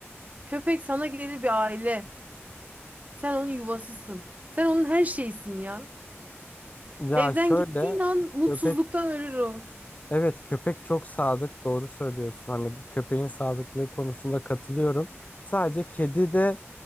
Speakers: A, on the right; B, on the left.
A: köpek sana gelir bir aile. Sen onun yuvasısın. Sen onun her şeysin ya.
B: Ya
A: Evden
B: şöyle
A: gittiğin an mutsuzluktan
B: köpek
A: ölür o.
B: evet köpek çok sadık doğru söylüyorsun. Hani bu köpeğin sadıklığı konusunda katılıyorum. Sadece kedi de